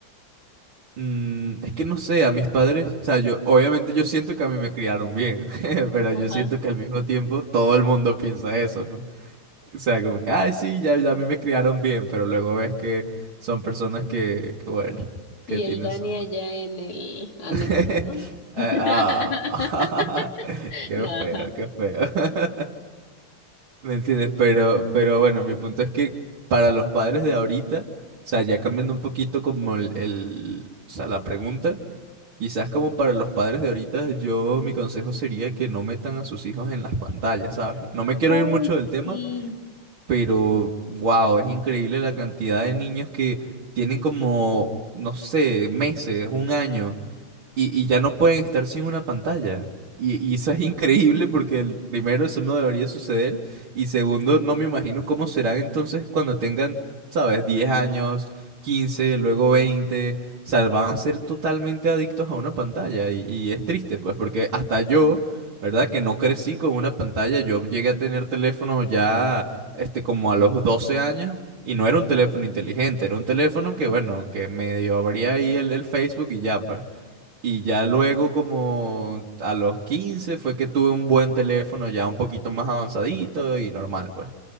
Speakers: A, on the right; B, on the left.
A: Mm, es que no sé, a mis padres, o sea, yo obviamente yo siento que a mí me criaron bien, <laughs> pero
B: ajá.
A: yo siento que al mismo tiempo todo el mundo piensa eso, ¿no? O sea, como que, ay, sí, ya, ya a mí me criaron bien, pero luego ves que son personas que, que bueno, que
B: Y
A: tienen
B: el Dani
A: su...
B: allá en el anexo,
A: <laughs>
B: ¿no? Ya. <laughs>
A: Ah, <laughs> qué
B: No, ajá.
A: feo, qué feo. <laughs> ¿Me entiendes? Pero, pero bueno, mi punto es que para los padres de ahorita, o sea, ya cambiando un poquito como el, el- o sea, la pregunta. Quizás como para los padres de ahorita, yo mi consejo sería que no metan a sus hijos en las pantallas, ¿sabes? No me quiero
B: Uy,
A: ir mucho del tema,
B: sí.
A: pero wow, es increíble la cantidad de niños que tienen como, no sé, meses, un año y, y ya no pueden estar sin una pantalla. Y, y eso es increíble porque el, primero eso no debería suceder y segundo no me imagino cómo serán entonces cuando tengan, sabes, 10 años, 15 luego 20 o sea, van a ser totalmente adictos a una pantalla y, y es triste pues porque hasta yo, ¿verdad? Que no crecí con una pantalla, yo llegué a tener teléfono ya este como a los 12 años. Y no era un teléfono inteligente, era un teléfono que, bueno, que medio abría ahí el, el Facebook y ya, pues. Y ya luego, como a los 15 fue que tuve un buen teléfono ya un poquito más avanzadito y normal, pues.